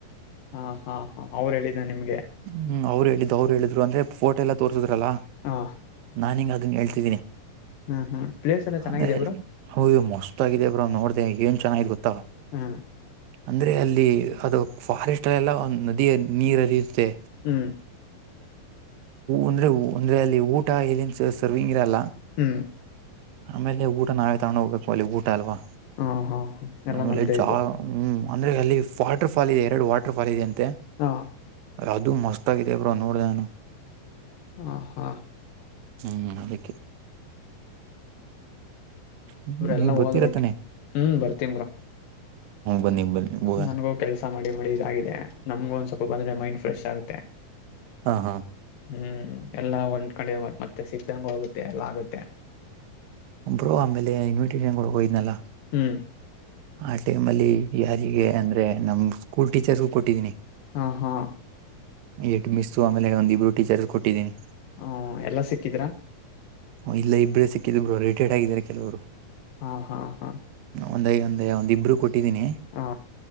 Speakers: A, on the left; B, on the right.
A: ಹಾ ಹಾ ಹಾ ಅವ್ರು ಹೇಳಿದ ನಿಮ್ಗೆ
B: ಹ್ಮ ಅವ್ರು ಹೇಳಿದ್ದು ಅವ್ರು ಹೇಳಿದ್ರು ಅಂದ್ರೆ ಫೋಟೋ ಎಲ್ಲ ತೋರ್ಿದ್ರಲ್ಲಾ
A: ಹಾ
B: ನಾನುಗೆ ಅದನ್ನ ಹಳ್ತಿದ್ದೀನಿ
A: ಹ್ಮ್ ಹ್ಮ್ ಪ್ಲೇಸ್ ಎಲ್ಲ ಚೆನ್ನಾಗಿದ್ಯಾ
B: ಅದೇ
A: ಬ್ರೋ
B: ಹ ಮಸ್ತ್ ಆಗಾಗಿದೆ ಬ್ರ ನೋಡ್ದ ಏನ್ ಚೆನ್ನಾಗಿ ಗೊತ್ತ
A: ಹ್ಮ
B: ಅಂದ್ರೆ ಅಲ್ಲಿ ಅದು ಫಾರೆಸ್ಟ್ ಅಲ್ಲ ಎಲ್ಲ ಒ ನದಿಯ ನೀರ ಹರಿಯುತ್ತೆ
A: ಹ್ಮ್
B: ಅಂದ್ರೆ ಅಂದ್ರೆ ಅಲ್ಲಿ ಊಟ ಎಲ್ಲಿನ್ ಸರ್ವಿಂಗ್ ಇರಲ್ಲ
A: ಹ್ಮ್
B: ಆಮೇಲೆ ಊಟ ನಾವೇ ತಗೊಂಡು ಹೋಗ್ಬೇಕು ಅಲ್ಲಿ ಊಟ ಅಲ್ವಾ
A: ಹಾ ಹಾ ಎಲ್ಲ
B: ನಲೆ
A: ನಮ್ದೇ
B: ಜಾ
A: ಇದು
B: ಹ್ಮ್ ಅಂದ್ರೆ ಅಲ್ಲಿ ವಾಟರ್ ಫಾಲ್ ಇದೆ ಎರಡು ವಾಟರ್ ಫಾಲ್ ಇದೆ ಅಂತೆ
A: ಹಾ
B: ಅದು ಮಸ್ತ್ ಆಗಿದೆ ಬ್ರೋ ನೋಡ್ದಾನು
A: ಹಾ ಹಾ
B: ಹ್ಮ್ ಅದಕ್ಕೆ ಹ್ಮ
A: ಇವ್ರೆಲ್ಲಾ
B: ನೀವ್ ಗೊತ್ತಿರತ್ತಾನೆ
A: ಹೋದ ಒಟ್ಟಿ ಹ್ಮ್ ಬರ್ತೀನ್ ಬ್ರೋ
B: ಬನ್ನಿ ಬನ್ನಿ ಹೋಗ
A: ನನ್ಗೂ ಕೆಲ್ಸ ಮಾಡಿ ಮಾಡಿ ಇದಾಗಿದೆ ನಮ್ಗೂ ಒಂದ್ ಸ್ವಲ್ಪ ಬಂದ್ರೆ ಮೈಂಡ್ ಫ್ರೆಶ್ ಆಗುತ್ತೆ
B: ಹಾ ಹಾ
A: ಹ್ಮ್ ಎಲ್ಲಾ ಒಂದ್ ಕಡೆ ಮತ್ತೆ ಸಿಕ್ತಂಗ ಹೋಗುತ್ತೆ ಎಲ್ಲ ಆಗುತ್ತೆ
B: ಒಬ್ರೋ ಆಮೇಲೆ ಇನ್ವಿಟೇಷನ್ ಕೊಡ್ಕೋ ಇದ್ನಲ್ಲ
A: ಹ್ಮ
B: ಆ ಟೈಮ್ ಅಲ್ಲಿ ಯಾರಿಗೆ ಅಂದ್ರೆ ನಮ್ ಸ್ಕೂಲ್ ಟೀಚರ್ಸ್ಗು ಕೊಟ್ಟಿದೀನಿ
A: ಹಾ ಹಾ
B: ಎಟ್ ಮಿಸ್ು ಆಮೇಲೆ ಒಂದ್ಬ್ರುಟೀಚರ್ಸ್ ಕೊಟ್ಟಿದ್ದೀನಿ
A: ಹ ಎಲ್ಲಾ ಸಿಕ್ಕಿದ್ರಾ
B: ಇಲ್ಲ ಇಬ್ರೇ ಸಿಕ್ಕಿದಿಬ್ರು ರಿಟೈರ್ಡ್ ಆಗಿದ್ದಾರೆ ಕೆಲವರು
A: ಹಾ ಹಾ ಹಾ
B: ಒಂದ ಒಂದ ಒಂದ್ ಇಬ್ರು ಕೊಟ್ಟಿದ್ದೀನಿ
A: ಹಾ